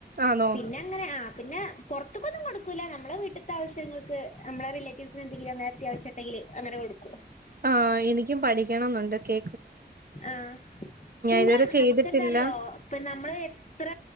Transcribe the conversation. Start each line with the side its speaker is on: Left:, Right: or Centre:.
Right: ആണോ
Left: പിന്നെ അങ്ങനെ ആ പിന്നെ പുറത്തൊക്കൊന്നും കൊടുക്കൂല്ല നമ്മുടെ വീട്ടത്തെ ആവശ്യങ്ങൾക്ക് നമ്മള റിലേറ്റീവ്സിന് എന്തെങ്കിലും അങ്ങനെ അത്യാവശ്യം ഉണ്ടെങ്കില് അങ്ങനെ കൊടുക്കും
Right: ആ എനിക്കും പഠിക്കണംന്നുണ്ട് കേ
Left: ആ സിമ്പിളാണ്
Right: ഇതുവരെ ചെയ്തിട്ടില്ല
Left: നമുക്ക് എന്താ അറിയോ ഇപ്പൊ നമ്മള് എത്ര